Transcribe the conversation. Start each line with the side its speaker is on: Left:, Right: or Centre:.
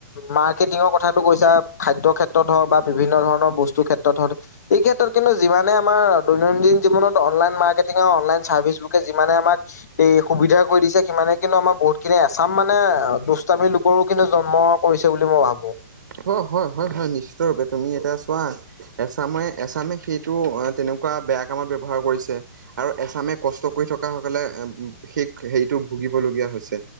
Left: মাৰ্কেটিঙৰ কথাটো কৈছা খাদ্য ক্ষেত্ৰত হওঁক বা বিভিন্ন ধৰণৰ বস্তু ক্ষেত্ৰত হওক এই ক্ষেত্ৰত কিন্তু যিমানে আমাৰ দৈনন্দিন জীৱনত অনলাইন মাৰ্কেটিঙ আৰু অনলাইন চাৰ্ভিচ বুকে যিমানে আমাক এই সুবিধা কৰি দিছে। সিমানে কিন্তু আমাৰ বহুত খিনি এচাম মানে দুষ্টামি লোকৰো কিন্তু জন্ম কৰিছে বুলি মই ভাবো।
Right: হয়, হয় হয় হয় নিশ্চিত ৰূপে তুমি এতিয়া চোৱা এছামে এছামে সেইটো তেনেকুৱা বেয়া কামত ব্যৱহাৰ কৰিছে। আৰু এছামে কষ্ট কৰি থকা সকলে সেই হেৰিটো ভুগিবলগীয়া হৈছে।